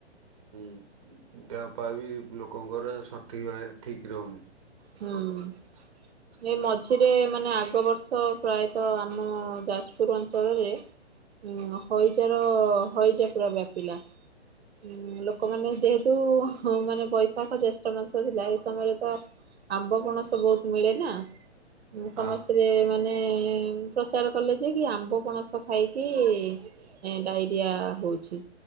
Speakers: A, on the right (about 30°); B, on the right (about 65°).
A: ହୁଁ ଦେହପା ବି ଲୋକଙ୍କର ସଠିକ୍ ଭାବରେ ଠିକ୍ ରହୁନି।
B: ହୁଁ। ଏ ମଝିରେ ମାନେ ଆଗବର୍ଷ ପ୍ରାୟତଃ ଆମ ଯାଜପୁର ଅଞ୍ଚଳରେ ଉଁ ହଇଜ ର ହଇଜା ପୁରା ବ୍ୟାପିଲା। ଉଁ ଲୋକମାନେ ଯେହେତୁ ମାନେ ବୈଶାଖ ଜ୍ୟେଷ୍ଠ ମାସ ହେଲା ଏଇ ସମୟରେ ତ ଆମ୍ବ ପଣସ ବୋହୁତ ମିଳେ ନା ସମସ୍ତେ
A: ଆ
B: ମାନେ ପ୍ରଚାର କଲେ ଯେ କି ଆମ୍ବ ପଣସ ଖାଇକି ଏ ଡାଇରିଆ ହେଉଛି